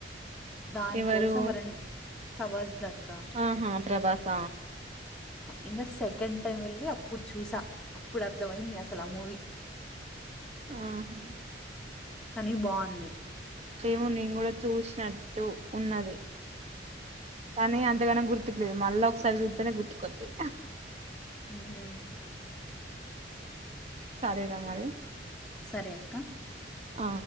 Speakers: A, in the centre; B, on the right.
A: దాని
B: ఎవరు
A: కోసం రెన్ ప్రభస్ దత్
B: ఆహా ప్రభాస్ స
A: ఇంకా సెకండ్ టైం వెళ్ళి అప్పుడు చూసా అప్పుడు అర్థ అయింది అసలు ఆ మూవీ
B: ఆహా
A: కానీ బాగుంది
B: ఏమో నేను కూడా చూసినట్టు ఉన్నది కానీ అంతగాన గుర్తు మళ్ళా ఒకసారి చూతనే గుర్తుకొతుది
A: హు
B: సరే రామరి
A: సరే అక్క.
B: ఆ